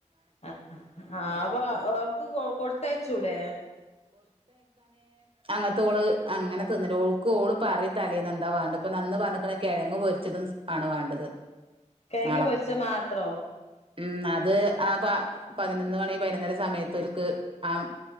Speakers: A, on the left (about 55°); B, on the right (about 45°).
A: ആ ആ അപ്പൊ അ അവക്ക് കൊ കൊട്ത്തയ്ച്ചൂടെ
B: അങ്ങത്തെ ഓള് അങ്ങനെ തിന്നൽ ഓൾക്ക് ഓള് പറിം തലേന്ന് എന്താ വണ്ടെ ഇപ്പ നന്ന് പർഞ്ഞ്ക്ക്ണേ കെഴങ്ങ് പൊരിച്ചതും ആണ് വാണ്ടത്
A: കെഴങ്ങ്
B: നാളെ
A: പൊരിച്ചയ് മാത്രോ
B: ഉം അത് ആ പ പതിനൊന്ന് മണി പൈനോന്നര സമയത്ത് ഓൽക്ക് ആമ്